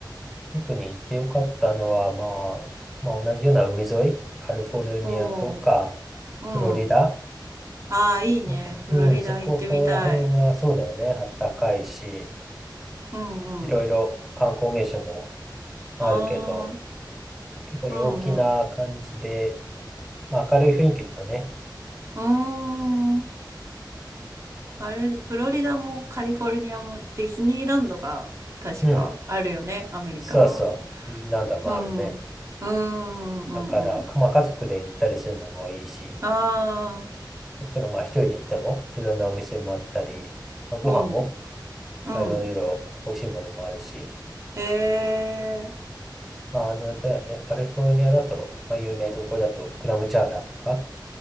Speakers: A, in the centre; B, on the right.
A: 特に行ってよかったのは、まあ、まあ、同じような海沿い、カリフォルニアとか、
B: おー、うん。
A: フロリダ
B: ああ、いいね。
A: とか、
B: フロリダ行ってみたい。
A: うん、そこら辺はそうだよね。あったかいし、
B: うん、
A: いろいろ観光名所も
B: うん。
A: あるけど、
B: ああ、
A: 結構陽気な感じで、
B: うん、うん。
A: まあ、明るい雰囲気だよね。
B: うーん。あれ、フロリダもカリフォルニアもディズニーランドが確かあるよね、
A: うん。
B: アメリカは。
A: そうそう。何度もあるね。
B: うん。うん。うん。うんうん
A: だから、まあ、家族で行ったりするのもいいし、
B: ああ。
A: もちろんまあ一人で行ってもいろんなお店もあったり、まあ、ご飯も
B: うん。うん。
A: まあいろいろ美味しいものもあるし、
B: へえ。
A: まあ、あの、だよね、カリフォルニアだと、まあ、有名どころだとクラムチャウダーとか、